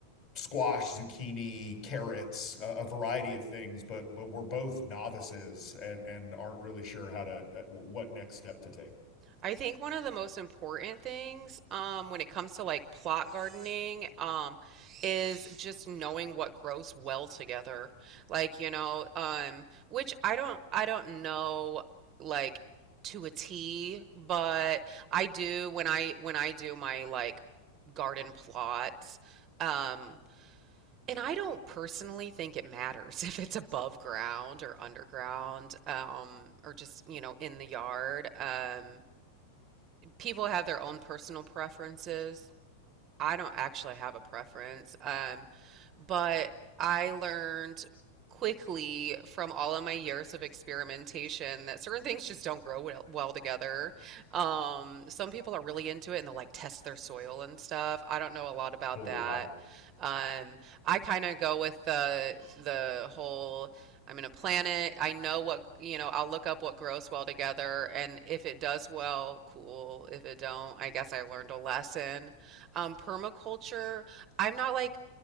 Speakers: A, on the left; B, on the right.
A: squash, zucchini, carrots, a, a variety of things, but but we're both novices and and aren't really sure how to uh, what next step to take.
B: I think one of the most important things um, when it comes to like plot gardening um, is just knowing what grows well together. Like, you know, um, which I don't I don't know like to a T, but I do when I when I do my like garden plots. Um, And I don't personally think it matters <laughs> if it's above ground or underground, um, or just, you know, in the yard. Um, people have their own personal preferences. I don't actually have a preference, um, but I learned quickly from all of my years of experimentation that certain things just don't grow well, well together. Um, some people are really into it and they'll like test their soil and stuff. I don't know a lot about
A: Oh
B: that.
A: wow.
B: Um, I kind of go with the the whole I'm gonna plant it. I know what, you know, I'll look up what grows well together and if it does well, cool. If it don't, I guess I learned a lesson um, permaculture, I'm not like